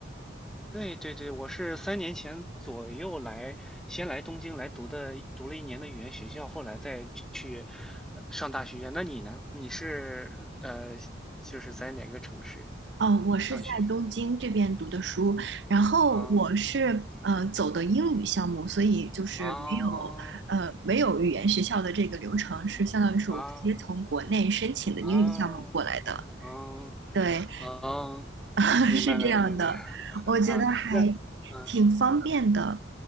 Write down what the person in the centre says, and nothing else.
对对对，我是三年前左右来，先来东京来读的，读了一年的语言学校，后来再去呃上大学。那你呢？你是呃，就是在哪个城市
上学？
啊，嗯，
啊
啊啊啊
啊！
明白了，
明白了
啊。那嗯嗯，